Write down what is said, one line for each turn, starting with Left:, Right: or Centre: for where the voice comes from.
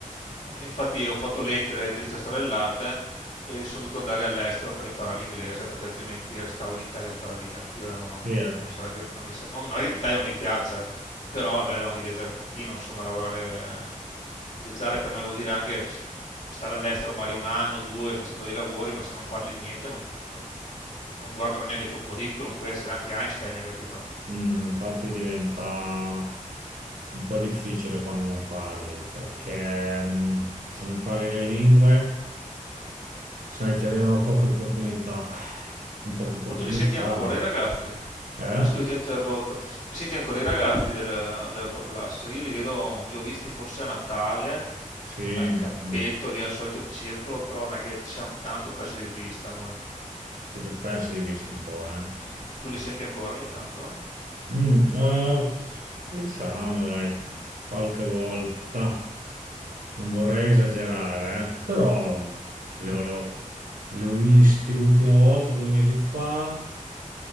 Left: Eh, infatti ho fatto lettere in diritto e storia dell'arte e sono dovuto andare all'estero per imparare l'inglese perché altrimenti restavo in Italia tutta la vita anch'io e non,
Right: Sì,
Left: non-
Right: eh.
Left: non mi sarebbe... Non, mi sa- non non è che l'Italia non mi piaccia, però è bello anche viaggiare un pochino, insomma, lavorare. eh, Viaggiare per me vuol dire anche sì, stare all'estero magari un anno, due, facendo dei lavori, ma se non parli niente non, non- non guardano neanche il tuo curriculum, puoi essere anche Einstein, hai capito?
Right: Mm, infatti diventa un po' difficile quando non parli, perché mm, se non parli le lingue, sai, ti arrivano poche opportunità. Con poche opportunità,
Left: Ma tu li senti ancora i ragazzi?
Right: eh?
Left: Ah, scusi, ti ho interrotto. Li senti ancora i ragazzi del- della tua classe? Io li vedo, li ho visti forse a Natale,
Right: Sì,
Left: al campetto,
Right: sì.
Left: lì al solito circolo, però non è che ci siamo tanto persi di vista noi.
Right: siete persi di vista un po', eh?
Left: Mm, tu li senti ancora ogni tanto?
Right: Mm, eh, diciamo, dai, qualche volta non vorrei esagerare, eh, però mm, li ho, li ho- li ho visti l'ultima volta, due mesi fa,